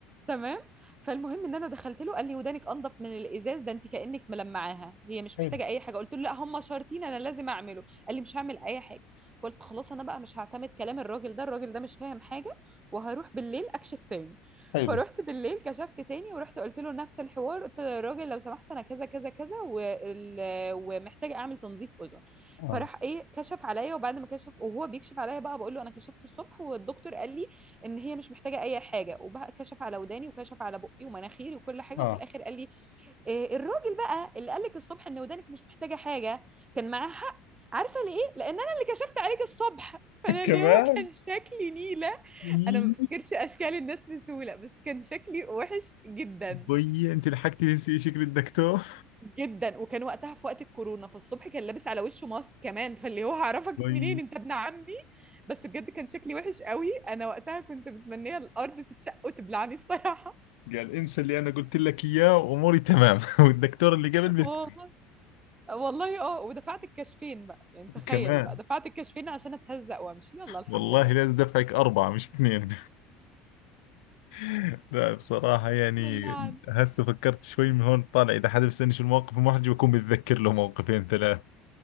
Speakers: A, on the right; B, on the left.
A: تمام فالمهم ان انا دخلت له قال لي ودانك انضف من الازاز ده انت كانك ملمعاها هي مش
B: حلو
A: محتاجه اي حاجه قلت له لا هم شرطين انا لازم اعمله قال لي مش هعمل اي حاجه فقلت خلاص انا بقى مش هعتمد كلام الراجل ده الراجل ده مش فاهم حاجه وهروح بالليل اكشف تاني
B: حلو
A: فروحت بالليل كشفت تاني ورحت قلت له نفس الحوار قلت له يا راجل لو سمحت انا كذا كذا كذا وال... ومحتاجه اعمل تنظيف اذن
B: اه
A: فراح ايه كشف عليا وبعد ما كشف وهو بيكشف عليا بقى بقول له انا كشفت الصبح والدكتور قال لي ان هي مش محتاجه اي حاجه وبقى كشف على وداني وكشف على بقي ومناخيري وكل حاجه
B: اه
A: وفي الاخر قال لي إيه الراجل بقى اللي قال لك الصبح ان ودانك مش محتاجه حاجه كان معاه حق عارفه ليه لان انا اللي كشفت عليك الصبح فانا
B: <laughs> كمان
A: اللي هو كان شكلي نيله
B: يي.
A: انا ما بفتكرش اشكال الناس بسهوله بس كان شكلي وحش جدا
B: بي انت لحقتي تنسي شكل الدكتور
A: جدا وكان وقتها في وقت الكورونا فالصبح كان لابس على وشه ماسك كمان فاللي هو هعرفك
B: بي
A: منين انت ابن عمي بس بجد كان شكلي وحش قوي انا وقتها كنت متمنيه الارض تتشق وتبلعني الصراحه
B: قال انسى اللي انا قلت لك اياه واموري تمام <laughs> والدكتور اللي قبل
A: <laughs>
B: بيفهم
A: والله والله اه ودفعت الكشفين بقى يعني تخيل
B: كمان
A: بقى دفعت الكشفين عشان اتهزق وامشي يلا الحمد
B: والله
A: لله
B: لازم دفعك أربعة مش اثنين <laughs> لا بصراحة يعني
A: الحمد لله عنه
B: هسه فكرت شوي من هون طالع إذا حدا بيسألني شو المواقف المحرجة بكون بتذكر له موقفين ثلاث